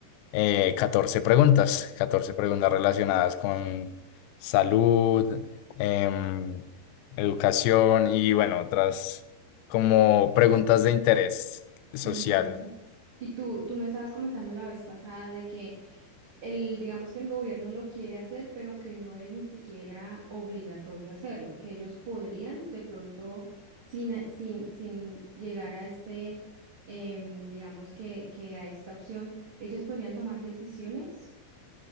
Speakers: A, on the left; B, on the right.
A: eh, 14 preguntas, 14 preguntas relacionadas con salud, em, educación y bueno, otras como preguntas de interés social
B: Ujú. Y tú, tú me estabas comentando la vez pasada de que el, digamos que el gobierno lo quiere hacer, pero que no es ni siquiera obligatorio hacerlo, que ellos podrían de pronto, sin, a- sin, sin llegar a este, em, digamos que, que a esta opción, ellos podrían tomar decisiones.